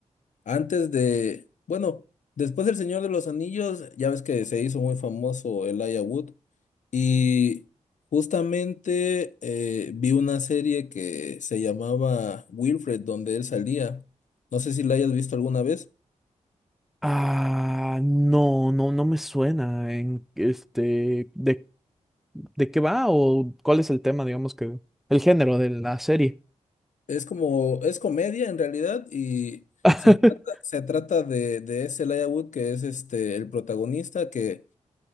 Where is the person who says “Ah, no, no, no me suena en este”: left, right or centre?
Centre